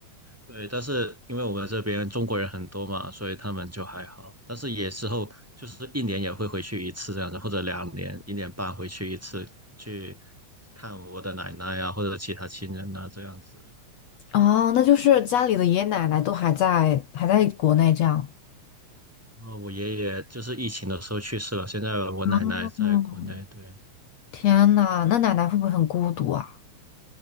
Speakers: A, in the centre; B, on the left.
A: 对，但是因为我们这边中国人很多嘛，所以他们就还好。但是也之后就是一年也会回去一次这样子，或者两年、一年半回去一次，去看我的奶奶啊，或者其他亲人啊这样子。
B: 哦，那就是家里的爷爷奶奶都还在还在国内这样。
A: 然后我爷爷就是疫情的时候去世了，现在我奶奶在国内。
B: 嗯，
A: 对，
B: 天呐，那奶奶会不会很孤独啊？